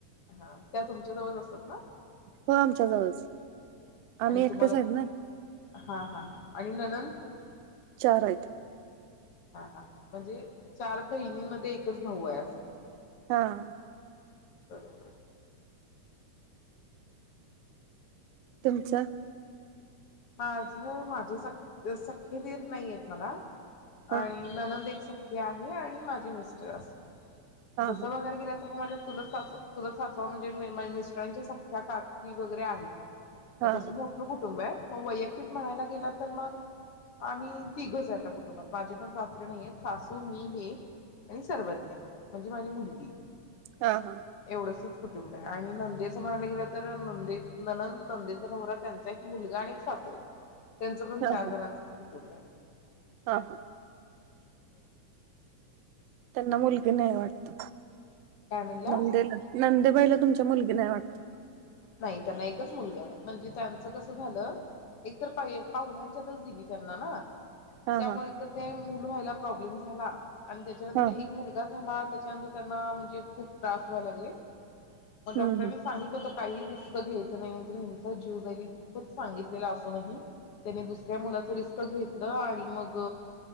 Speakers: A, on the left; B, on the right.
A: हा त्या तुमच्या जवळच असतात ना
B: हो आमच्या जवळच आम्ही
A: आणि
B: एकटेच
A: तुम्हाला
B: आहेत नाय
A: हा हा हा आणि ननंद
B: चार हाईत
A: हा हा हा म्हणजे चार बहिणीमध्ये एकच भाऊ आहे असं
B: हा हा
A: बरोबर
B: तुमच
A: माझ माझे स सख्खे दीर नाहीयेत मला
B: हा
A: आणि ननंद एक स हे आहे आणि माझे मिस्टर अस
B: हा
A: दुसर
B: हा
A: बघायला गेल तर मग माझ्या चुलत चुलत सासवा म्हणजे मिस्ट्रांच्या सख्ख्या काकी वगैरे आहेत
B: हा
A: तसं मोठ कुटुंब आहे मग वैयक्तिक म्हणायला गेला तर मग आम्ही तिघंच आहेता कुटुंबात माझे पण सासरे नही येत सासू मी हे आणि सर्वज्ञा म्हणजे माझी मुलगी
B: हा हा
A: एवढंसच कुटुंब आहे आणि नंदेचं म्हणायला गेलं तर नंदे ननंद नंदेचा नवरा त्यांचा एक मुलगा आणि सासरे त्यांचं पण चार
B: हा
A: जणांचंच कुटुंब आहे
B: हा हा
A: हम्म
B: त्यांना मुलगी नाही वाटत
A: काय म्हणला?
B: नंदेला नंदूबाईला तुमच्या मुलगी नाही वाटत
A: नाही त्यांना एकच मुलगा आहे म्हणजे त्यांचं कसं झालं एकतर पाहुण्यांच्यातच दिली त्यांना ना
B: हा
A: त्यामुळे
B: हा
A: एक त ते मुल व्हायला प्रॉब्लेम झाला आणि त्याच्यानंतर
B: हा
A: एक मुलगा झाला त्याच्यानंतर त्यांना म्हणजे खूप त्रास व्हाय लागले मग डॉक्टरांनी
B: हम्म हम्म
A: सांगितलं होत काही रिस्क घ्यायचं नाही नाही तर हचा जीव जाईल सांगितलेला असं नाही त्यानी दुसऱ्या मुलाच रिस्क घेतलं आणि मग